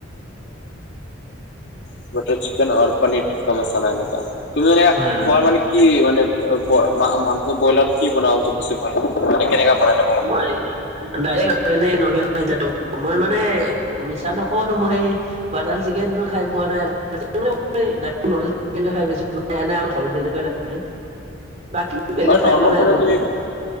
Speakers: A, on the left (about 60°); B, on the right (about 35°).
A: <unintelligible> বটৰ চিকন আৰু পনীৰ কা মছালা এনেকা। তুমি মে
B: হয় হয়
A: মান কি মানে মাংস ব্ৰইলাৰ কি বনাব উ বেছি ভাল লাগে মানে কেনেকা বনাই লে
B: <unintelligible> দাইৰেক এনে নৰ্মেল মই মানে মিছা নকওঁ আৰু মই স বাটাৰ চিকেন টো খাই পোৱা নাই <unintelligible> এ এনে আমাৰ ঘৰত যেনেকৈ নাপে বাকী বেলেগ
A: অ
B: খাই
A: নৰ্মল
B: পোৱা নাই
A: ফলত
B: আৰু
A: তুমি